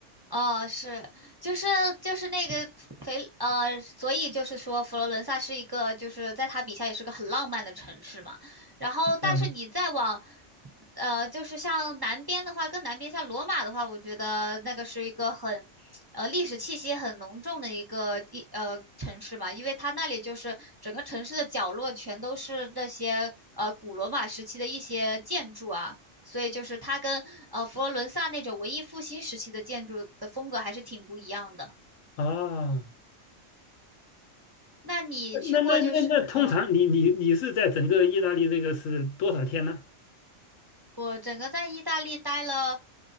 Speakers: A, on the right; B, on the left.
A: 哦，是，就是就是那个肥呃，所以就是说佛罗伦萨是一个，就是在他笔下也是个很浪漫的城市嘛。然后，但是你再往
B: 啊
A: 呃，就是像南边的话，更南边像罗马的话，我觉得那个是一个很呃历史气息很浓重的一个地呃城市嘛，因为它那里就是整个城市的角落全都是那些呃古罗马时期的一些建筑啊。所以就是它跟呃佛罗伦萨那种文艺复兴时期的建筑的风格还是挺不一样的。
B: 啊。
A: 那你去过就是嗯，
B: 那那那那通常你你你是在整个意大利这个是多少天呢？
A: 我整个在意大利待了